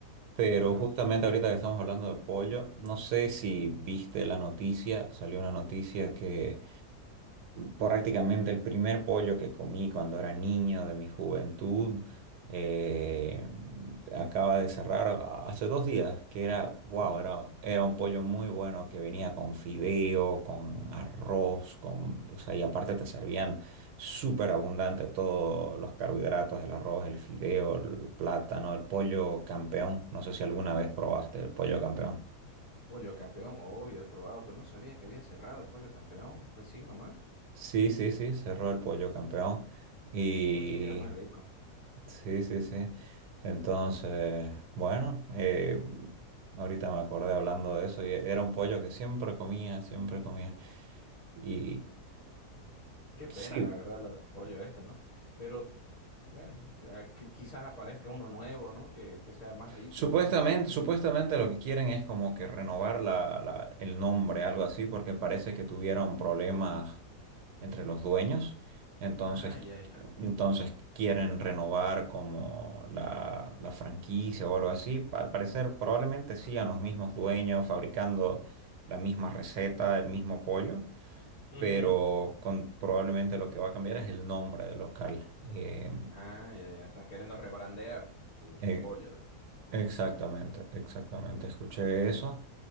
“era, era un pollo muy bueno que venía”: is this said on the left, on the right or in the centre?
Right